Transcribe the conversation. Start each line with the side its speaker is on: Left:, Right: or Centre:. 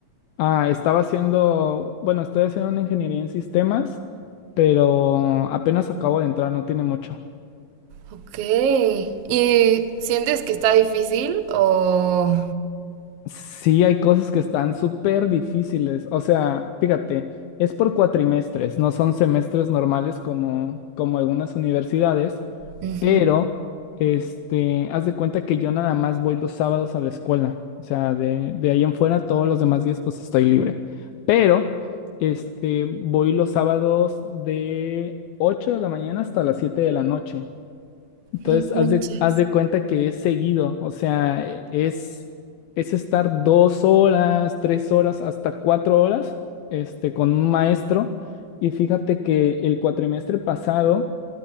Left: Ah, estaba haciendo, bueno, estoy haciendo una ingeniería en sistemas, pero apenas acabo de entrar, no tiene mucho.
Right: Ok. ¿Y sientes que está difícil o...?
Left: Sí, hay cosas que están súper difíciles. O sea, fíjate, es por cuatrimestres, no son semestres normales como, como algunas universidades.
Right: Ujú.
Left: Pero, este, haz de cuenta que yo nada más voy los sábados a la escuela. O sea, de, de ahí en fuera, todos los demás días, pues estoy libre. Pero, este, voy los sábados de 8 de la mañana hasta las 7 de la noche. Entonces,
Right: No manches.
Left: haz de, haz de cuenta que es seguido. O sea, e- es, es estar dos horas, tres horas, hasta cuatro horas, este, con un maestro. Y fíjate que el cuatrimestre pasado.